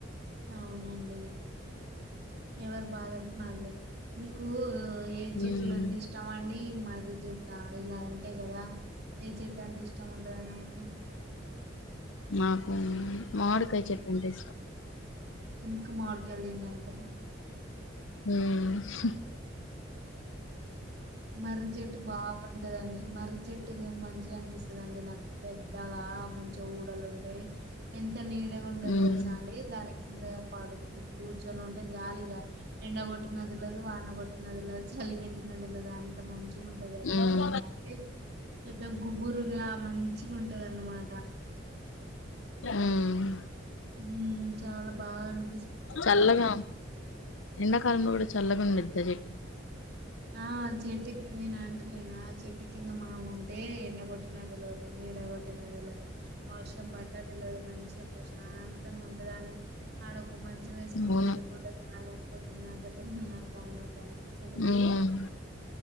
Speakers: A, on the right (about 55°); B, on the left (about 85°).
A: అవునండి ఎవరు బాధలు మలి మీకు ఏ చెట్లు
B: ఉమ్
A: అంటే ఇష్టం అండి మర్రి చెట్ట ఇలా అంతే కదా ఏ చెట్టు అంటే ఇష్టం ఉంటది అండి మీకి
B: నాకు మామిడికాయ చెట్టు అంటే ఇష్టం
A: ఎందుకు మామిడికాయలు తినడానికా
B: మ్
A: మర్రి చెట్టు బాగా దండి మరి చెట్టుగా మంచిగా అనిపిస్తుంది లేదండి నాకు పెద్దగా మంచి ఊడలు ఉంటాయి ఎం ద నీడగా ఉంటది
B: ఉమ్
A: తెలుసా అండి దాని కింద పడుకుని కూర్ కూర్చొని ఉంటే జాలీగా ఎండ కొట్టినది తెలవదు వాన కొట్టిన తెలవదు చలిబెట్టినది తెలద అంత మంచి మంచిగుంటది ఆ చెట్టు
B: ఉమ్
A: కింద అంటే పెద్ద గుబురుగా మంచిగా ఉంటది అన్నమాట
B: ఉమ్
A: ఉ చాలా బాగా అను
B: చల్లగా ఎండాకాలంలో కూడా చల్లగుంది నిద్ద చెట్
A: ఆ చేతికి ని నాంటు లేనా చెట్టు కింద మనం ఉంటే ఎండగొట్టిన తెలివదు, నీడ కొట్టిన తెలదు, వర్షం బడ్డ తెలవదు, మంచిగా ప్రశాంతంగా ఉంటదాని ఆడొక్క మంచం వేసుకొని
B: అవును
A: పడుకుంటే సాలు పొద్దున్ దాంక తెల్లందాక అలవాటు అనిపిస్
B: ఊమ్